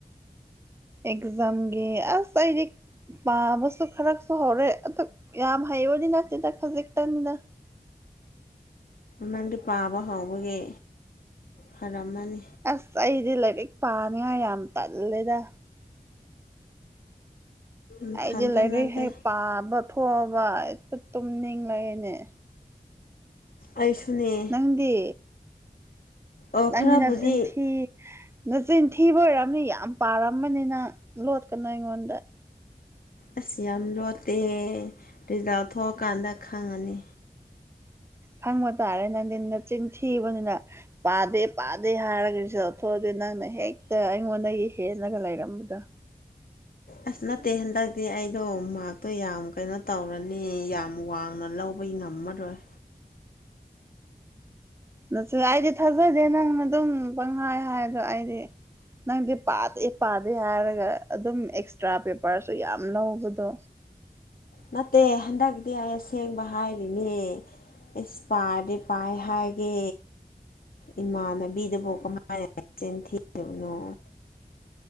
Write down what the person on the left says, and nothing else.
ꯅꯪꯗꯤ ꯄꯥꯕ ꯍꯥꯎꯕꯒꯤ ꯐꯔꯝꯃꯅꯤ
ꯅꯊꯟꯇ
ꯅꯠꯇꯦ
ꯑꯩꯁꯨꯅꯦ
ꯑꯣ
ꯈꯔꯕꯨꯗꯤ
ꯑꯁ ꯌꯥꯝ ꯂꯣꯠꯇꯦ ꯔꯤꯖꯥꯜ ꯊꯣꯛꯑꯀꯥꯟꯗ ꯈꯪꯉꯅꯤ
ꯑꯁ ꯅꯠꯇꯦ ꯍꯟꯗꯛꯇꯤ ꯑꯩꯗꯣ ꯃꯥꯔꯇꯣ ꯌꯥꯝ ꯀꯩꯅꯣ ꯇꯧꯔꯅꯤ ꯌꯥꯝ ꯋꯥꯡꯅ ꯂꯧꯕ ꯉꯝꯃꯔꯣꯏ
ꯅꯠꯇꯦ ꯍꯟꯗꯛꯇꯤ ꯑꯩ ꯑꯁꯦꯡꯕ ꯍꯥꯏꯔꯤꯅꯦ ꯏꯁꯁ ꯄꯥꯗꯤ ꯄꯥꯏ ꯍꯥꯏꯒꯦ ꯏꯃꯥꯟꯅꯕꯤꯗꯨꯕꯨ ꯀꯃꯥꯏꯅ ꯆꯦꯟ ꯊꯤꯔꯤꯕꯨꯅꯣ